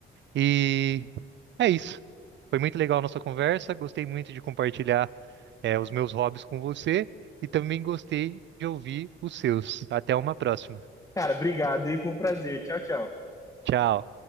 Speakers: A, on the right (about 65°); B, on the left (about 15°).
A: E é isso. Foi muito legal a nossa conversa. Gostei muito de compartilhar, eh, os meus hobbies com você e também gostei de ouvir os seus. Até uma próxima.
B: Cara, obrigado e foi um prazer. Tchau, tchau.
A: Tchau.